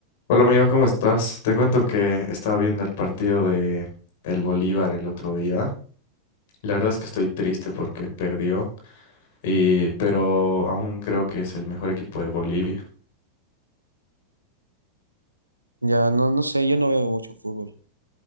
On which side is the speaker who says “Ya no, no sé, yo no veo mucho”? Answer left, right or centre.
Right